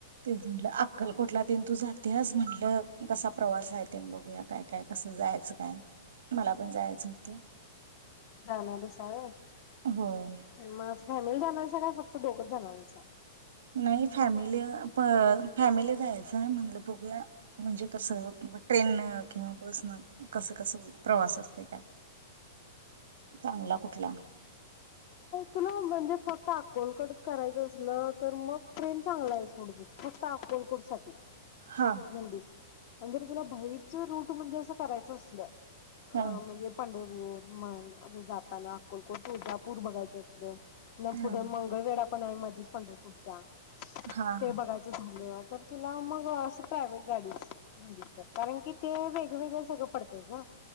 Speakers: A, on the right; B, on the left.
A: तेच म्हटलं अक्कलकोटला ते तू जात्यास म्हणलं कसा प्रवास आहे तेन बघूया काय काय कसं जायचं काय मला पण जायच होतं.
B: जाणार हायसा व्हय
A: होय
B: म आज फॅमिली जाणार ते का फक्त दोघच जाणार हायसा.
A: नाही फॅमिली अ प फॅमिली जायाचं हाय म्हणलं बघूया म्हणजे कसं ट्रेनन किंवा बस न कसं कसं प्रवास असत काय चांगला कुठला
B: तुला म्हणजे फक्त अक्कलकोट करायचं असलं तर मग ट्रेन चांगलं आहे <unintelligible> फक्त अक्कलकोटसाठी
A: हा.
B: मंडिस आणि जर तुला बाहेरच रूट म्हणजे असं करायचं असलं अ
A: हा
B: म्हणजे पंढर पूर मगं आता जाताना अक्कलकोट तुळजापूर बघायचं अस ल म
A: हा
B: पुढ मंगळवेढा <unintelligible> मध्येच पंढरपूरचा
A: हा
B: ते बघायच झाल तर तुला मग असं प्रायव्हेट गाडीच <unintelligible> कारण की ते वेगळवेेगळं सगळं पडत ग